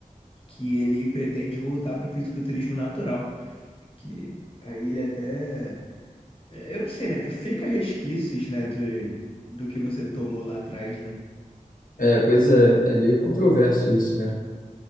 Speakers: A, on the left; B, on the left.
A: que ele pretende voltar para o fisiculturismo natural, que aí ele até, é, eu não sei, né? Fica resquícios, né, de, do que você tomou lá atrás, né?
B: É, pois é, é meio controverso isso, né?